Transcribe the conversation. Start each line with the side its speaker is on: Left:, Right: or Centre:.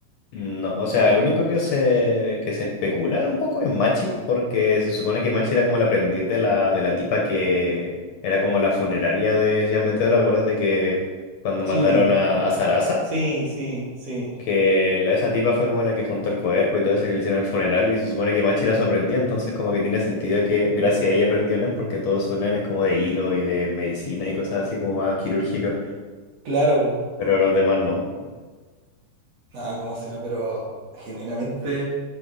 Left: No, o sea, el único que se, que se especula un poco es Machi, porque se supone que Machi era como el aprendiz de la, de la tipa que era como la funeraria de Gian Meteoro, acuérdate que cuando mataron
Right: Sí,
Left: a, a Sarasa.
Right: sí, sí, sí.
Left: que la- esa tipa fue como la que juntó el cuerpo y todo eso que le hicieron el funeral y se supone que Machi era su aprendiz, entonces como que tiene sentido que gracias a ella aprendió Nen porque todos sus Nen es como de hilo y de medicina y cosas así como más quirúrgicas,
Right: Claro, po.
Left: pero los demás no.
Right: No, cómo se llama, pero genuinamente.